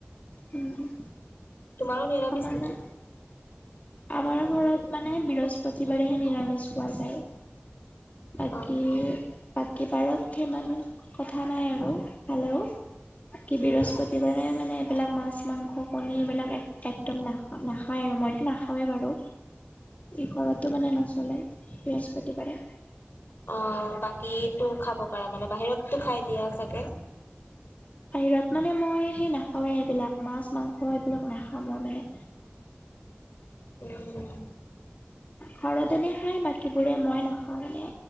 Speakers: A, on the left (about 40°); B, on the left (about 60°).
A: উম!
B: তোমাৰো নিৰামিছ
A: আমাৰ
B: নেকি?
A: নাই। আমাৰ ঘৰত মানে বৃহস্পতিবাৰেহে নিৰামিষ খোৱা যায়। বাকী
B: অ',
A: বাকী বাৰত সিমান কথা কথা নাই আৰু ভালেও বাকি বৃহস্পতি
B: উম।
A: যে মানে এইবিলাক মাছ, মাংস, কণী এইবিলাক এক একদম নাখা নাখায় আৰু মইতো নাখাওঁ। হয় বাৰু। ই ঘৰতো মানে নচলে বৃহস্পতিবাৰে।
B: অঁ! বাকীটো খাব পাৰা মানে বাহিৰতো খাই দিয়া চাগে?
A: বাহিৰত মানে মই সেই নাখাওঁৱেই এইবিলাক মাছ, মাংস এইবিলাক নাখাওঁ মই মানে।
B: উম।
A: ঘৰত এনেই খায় বাকীবোৰে মই নাখাওঁ মানে।